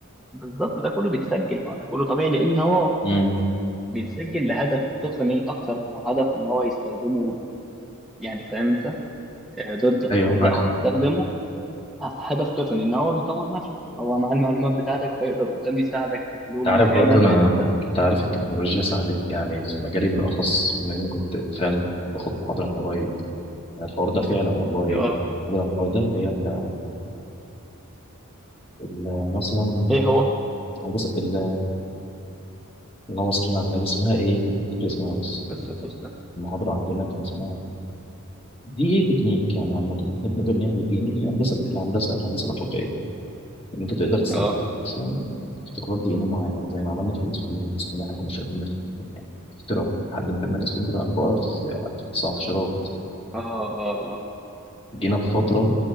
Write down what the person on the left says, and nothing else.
امم
ايوه
معاك
حق
انت عارف
برضه
انا
انت عارف التكنولوجيا ساعدتني يعني في مجالي بالاخص بما اني كنت فعلا باخد محاضره من قريب يعني الحوار ده فعلا والله
محاضره عن الحوار ده اللي هي ال- ال- مثلا
هندسه ال- اللهم صل على النبي اسمها ايه؟ انا مش فاكر اسمها بس
المحاضره عندنا كان اسمها دي ايه تكنيك يعني عامه ان احنا بنقدر نعمل دي ان ايه الهندسه الهندسه الهندسه الاخلاقيه ان انت تقدر تستخدم
مثلا ابتكارات دي ان ايه معين زي ما عملنا في الانسولين الانسولين احنا كنا شايفين إنه يعني اخترعه لحد ما كنا الانسولين بتاع البقر في 19
جينا في فتره